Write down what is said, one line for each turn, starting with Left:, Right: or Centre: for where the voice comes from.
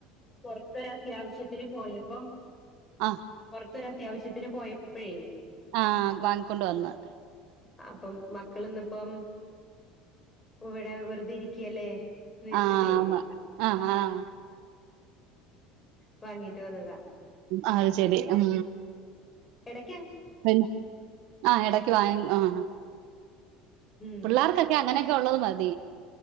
Left: പൊറത്തൊര് അത്യാവശ്യത്തിന് പോയപ്പം
Right: ആഹ്
Left: ഇപ്പൊരത്യാവശ്യത്തിന് പോയപ്പേയ്
Right: ആഹ് വാങ്ങിക്കൊണ്ട് വന്ന്
Left: ഇപ്പം മക്കള് ഇന്നിപ്പം ഇവിടെ വെറുതെ ഇരിക്കയല്ലേ എന്ന് വിചാരിച്ചിട്ടേ
Right: ആഹ് ആഹ് ആഹ്
Left: പണിയായിട്ട് വന്നതാ
Right: അത് ശരി ഉം
Left: എട
Right: വരും ആഹ് ഇടക്ക് വാ ആഹ്
Left: ഉം.
Right: പിള്ളാർക്കൊക്കെ അങ്ങനെയൊക്കെ ഉള്ളത് മതി